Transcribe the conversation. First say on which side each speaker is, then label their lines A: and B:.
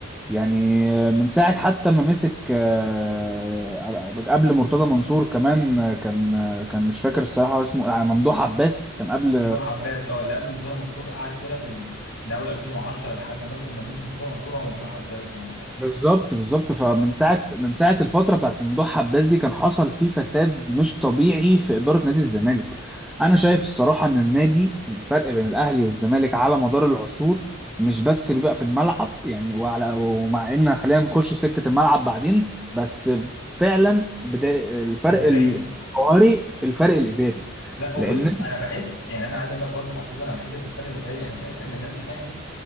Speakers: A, in the centre; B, on the left.
A: يعني آه، من ساعه حتى ما مسك آه، قبل مرتضى منصور كمان آه، كان آه، كان مش فاكر الصراحه اسمه آه، ممدوح عباس كان قبل
B: ممدوح عباس اه اللي قبل مرتضى منصور قعد كده في ال... من اول 2010 لحد مثلا ما مسك مرتضى منصور هو ممدوح عباس اه
A: بالظبط بالظبط فمن ساعه من ساعه الفتره بتاعت ممدوح عباس دي كان حصل فيه فساد مش طبيعي في اداره نادي الزمالك انا شايف الصراحه ان النادي الفرق بين الاهلي والزمالك على مدار العصور مش بس بيبقى في الملعب يعني وعلى ومع ان خلينا نخش في سكه الملعب بعدين بس فعلا بدا الفرق
B: اداريا
A: الجوهري الفرق الاداري
B: لا وبص
A: لان
B: انا بحس يعني انا عايز اقول لك برضو تعقيبا على حته الفرق الاداري انا بحس ان النادي الاهلي